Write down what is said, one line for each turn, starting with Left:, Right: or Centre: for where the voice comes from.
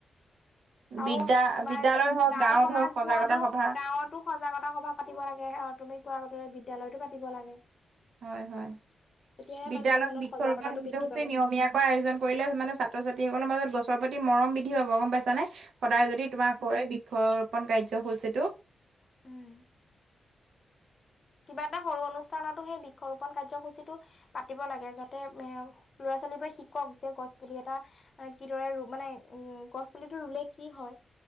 Left: আৰু
Right: বিদ্যা
Left: তোমাৰ
Right: বিদ্যালয় হওক
Left: গাঁও
Right: গাঁৱত
Left: সমাজবোৰতো
Right: হওক সজাগতা
Left: গাঁৱত
Right: সভা
Left: গাঁৱতো সজাগতা সভা পাতি লাগে। অঁ তুমি কোৱাৰ দৰে বিদ্যালয়তো পাতি লাগে। <unintelligible>
Right: হয়-হয়।
Left: তেতিয়াহে
Right: বিদ্যালয়ৰ
Left: মানুহৰ মনত
Right: বৃক্ষৰোপণ
Left: সজাগতাটো
Right: কাৰ্যসূচী
Left: বৃদ্ধি পাব।
Right: নিয়মীয়া <inaudible> <unintelligible> আয়োজন কৰিলে মানে ছাত্ৰ-ছাত্ৰীসকলৰ মাজত গছৰ প্ৰতি মৰম বৃদ্ধি পাব গম পাইছানে? সদায় যদি তোমাৰ হয় বৃক্ষৰোপন কাৰ্যসূচীটো <unintelligible>
Left: উম। কিবা এটা সৰু অনুষ্ঠানতো সেই বৃক্ষৰোপন কাৰ্যসূচীটো পাতিব লাগে। যাতে এ ল'ৰা-ছোৱালীবোৰে শিকক যে গছ পুলি এটা মান কিদৰে মানে উ গছ পুলিটো ৰুলে কি হয়